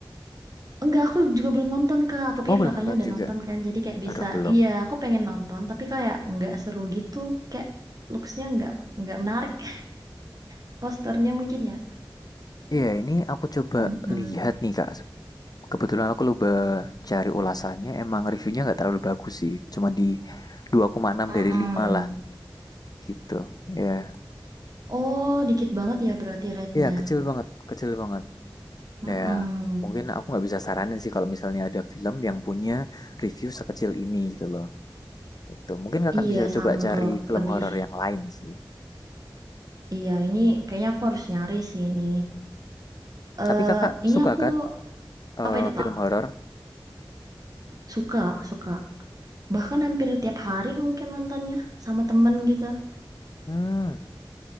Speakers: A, on the right; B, on the left.
A: Enggak, aku juga belum nonton Kak. Aku pikir
B: Oh, belum
A: kakaknya
B: nonton
A: udah
B: juga.
A: nonton kan. Jadi kayak bisa,
B: Aduh, belum.
A: iya aku pengen nonton tapi kayak nggak seru gitu. Kayak looks-nya nggak nggak menarik. <laughs> Posternya mungkin ya.
B: Iya, ini aku coba
A: Mm-mm.
B: lihat nih, Kak. Kebetulan aku coba cari ulasannya, emang reviewnya nggak terlalu bagus sih. Cuma di dua koma enam
A: Mm-mm.
B: dari 5 lah gitu. Iya.
A: Oh, dikit banget ya berarti rate-nya.
B: Iya, kecil banget, kecil banget.
A: Mm-mm.
B: Nah, ya, mungkin aku nggak bisa saranin sih kalau misalnya ada film yang punya review sekecil ini gitu loh. Itu mungkin kakak
A: Iya
B: bisa coba
A: sama
B: cari
A: kalau
B: film
A: lebih
B: horor yang lain sih.
A: iya ini kayaknya aku harus nyari sih ini. Eh
B: Tapi kakak
A: ini
B: suka
A: aku
B: kan eh,
A: apa itu
B: film
A: Kak?
B: horor?
A: Suka, suka. Bahkan hampir tiap hari mungkin nontonnya sama temen gitu.
B: Hmm,